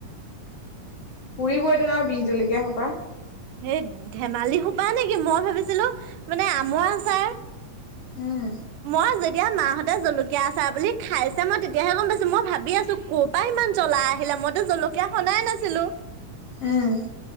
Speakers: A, on the left; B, on the right.
A: পুৰিবই টুন আৰু বি জলকীয়া সোপা
B: এই ধেমালি সোপা নেকি মই ভাবিছিলো মানে আমৰা আচাৰ
A: উম,
B: মই যে এতিয়া মাহঁতে জলকীয়া আচাৰ বুলি খাইছে মই তেতিয়াহে গম পাইছো মই ভাবি আছো ক' পৰা ইমান জলা আহিলে। মইতো জলকীয়া সনাই নাছিলো।
A: আহ